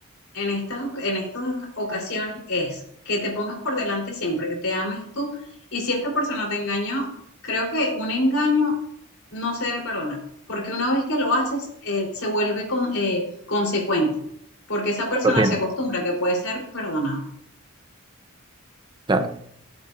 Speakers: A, on the left; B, on the right.
A: en estas, en estas ocasiones es que te pongas por delante siempre, que te ames tú. Y si esta persona te engañó, creo que un engaño no se debe perdonar, porque una vez que lo haces, eh, se vuelve con- eh, consecuente, porque esa persona
B: La Rutina.
A: se acostumbra a que puede ser perdonado.
B: Claro.